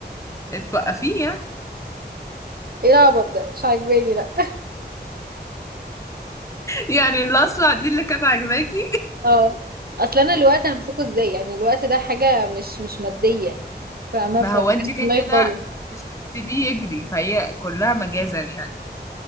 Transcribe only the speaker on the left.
توقفيه يعني
يعني الاصلع دي اللي كانت عاجباكي
ما
هو انت
كده
كده
مش هتسيبيه يجري فهي كلها مجازا يعني